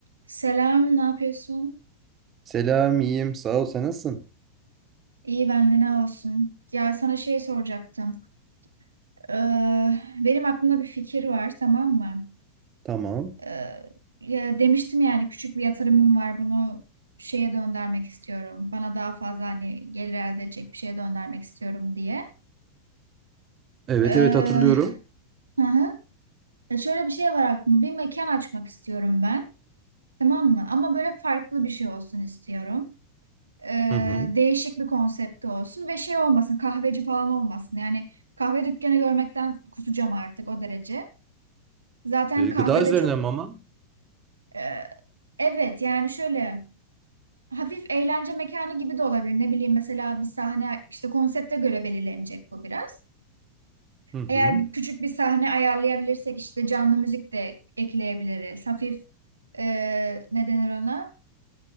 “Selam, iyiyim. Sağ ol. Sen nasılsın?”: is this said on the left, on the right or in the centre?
Right